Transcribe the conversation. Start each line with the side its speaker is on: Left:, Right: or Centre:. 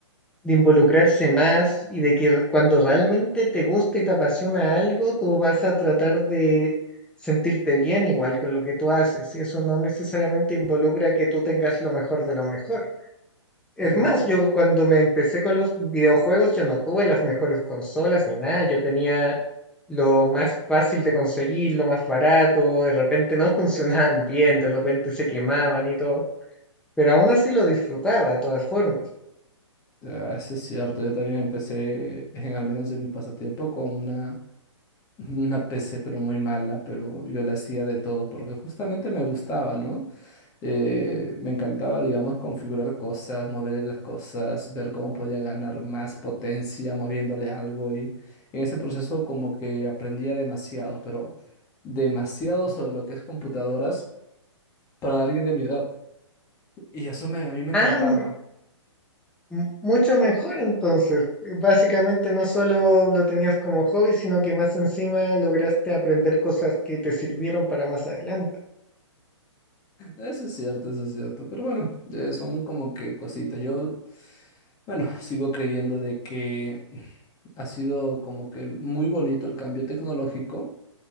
Centre: de involucrarse más y de que re- cuando realmente te gusta y te apasiona algo, tú vas a tratar de sentirte bien igual con lo que tú haces. Y eso no necesariamente involucra que tú tengas lo mejor de lo mejor. Es
Left: Mm,
Centre: más, yo cuando me empecé con los videojuegos, yo no tuve las mejores consolas ni nada, yo tenía lo más fácil de conseguir, lo más barato, de repente no <laughs> funcionaban bien, de repente se quemaban y todo, pero aún así lo disfrutaba de todas formas.
Left: ah, eso es cierto, yo también empecé, en, al menos en mi pasatiempo, con una, <laughs> una PC, pero muy mala, pero yo la hacía de todo porque justamente me gustaba, ¿no? Eh, me encantaba, digamos, configurar cosas, moverle las cosas, ver cómo podía ganar más potencia moviéndole algo y en ese proceso como que aprendía demasiado, pero demasiado sobre lo que es computadoras para alguien de mi edad. Y eso me, a mí me encantaba.
Centre: Ah, m- m- mucho mejor entonces, eh, básicamente no solo lo tenías como hobby, sino que más encima lograste aprender cosas que te sirvieron para más adelante.
Left: Eso es cierto, eso es cierto, pero bueno, eh, son como que cositas. Yo, bueno, sigo creyendo de que ha sido como que muy bonito el cambio tecnológico